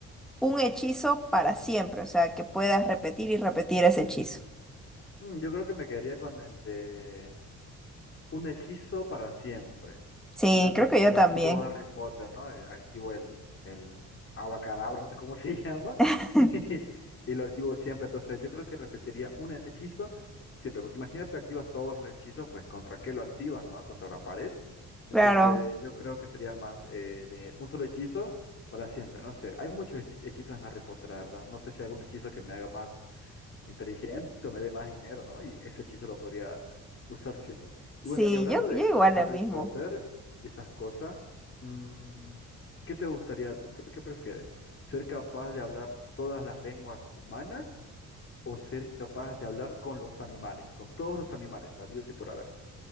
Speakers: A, in the centre; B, on the left.
A: Un hechizo para siempre. O sea, que puedas repetir y repetir ese hechizo.
B: mm, yo creo que me quedaría con el de un hechizo para siempre,
A: Sí,
B: ¿no? Tipo,
A: creo que yo
B: ha-
A: también.
B: tipo Harry Potter, ¿no? Eh, Activo el, el abacadabra, no sé cómo se <laughs> llama,
A: <laughs>
B: <laughs> y lo activo siempre. Entonces, yo creo que repetiría un hechizo siempre, porque imagínate, activas todos los hechizos, pues, ¿contra qué lo activas, no? Contra la pared. Entonces,
A: Claro.
B: yo creo que sería más eh, de un solo hechizo para siempre, no sé. Hay muchos hechi- hechizos en Harry Potter, la verdad. No sé si hay algún hechizo que me haga más inteligente o me dé más dinero, ¿no? Y ese hechizo lo podría usar siempre. Y
A: Sí,
B: bueno, y hablando
A: yo,
B: de
A: yo igual
B: Harry
A: lo mismo.
B: Potter y esas cosas, mm, ¿qué te gustaría tú? ¿Qué, qué prefieres? ¿Ser capaz de hablar todas las lenguas humanas o ser capaz de hablar con los animales, con todos los animales, habidos y por haber?